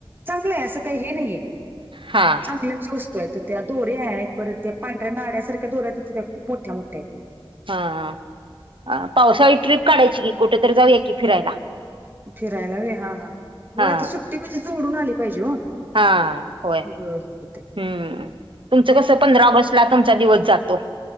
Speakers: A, on the right; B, on the right.
A: चांगलं आहे असं काही हे नाहीये <unintelligible>
B: हा <unintelligible>
A: चांगल्या अ वस्तू आहेत त्या दोऱ्या आहेत परत त्या पांऱ्या नाड्यासारख्या दोऱ्या आहेत त्या खूप मोठ्या मोठ्या आहेत
B: हा पावसाळी ट्रिप काढायची की कुठेतरी जाऊया की फिरायला
A: फिरायला वे हा ह बघ
B: हा
A: आता सुट्टी म्हणजे जोडून आली पाहिजे हो
B: हा होय <unintelligible>
A: हम ह ते <unintelligible>
B: हम्म तुमचं कसं पंधरा ऑगस्ट ला तुमचा दिवस जातो